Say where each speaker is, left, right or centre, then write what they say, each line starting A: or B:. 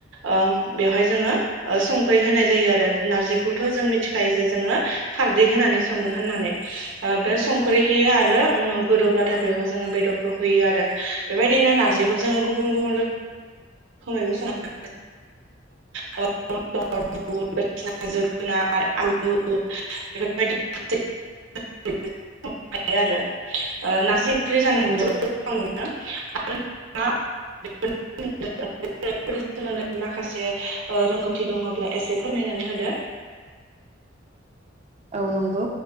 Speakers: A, on the right (about 75°); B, on the right (about 35°).
A: ओ बेवहाय जोंङो संख्रि होनाय जायो आरो नारजि बेखौथ जों मिथिखायो जे जोंङो खारदै होनानै संङो होननानै ओ बेयाव संख्रि होयो आरो उनाव गोदौब्लाथाय बेवहाय जोंङो बेदरखौ होयो आरो- बेबायदिनो नारजिखौ जोंङो गुबुन गुबुन <unintelligible> सं बाय जोगोनार आलु बेफोर <unintelligible> <unintelligible>
B: नंगौ
A: माखासे ओ रोंगथि दंङोब्ला एसे फोरमायना होदो।
B: औ नंगौ